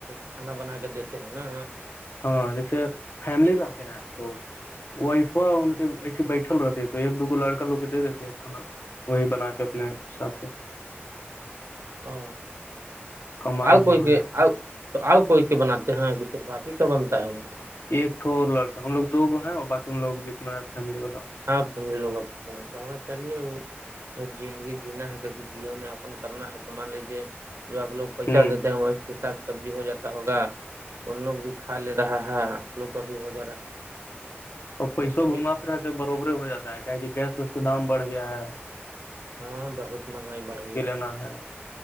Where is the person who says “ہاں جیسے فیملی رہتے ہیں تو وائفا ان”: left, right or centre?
Left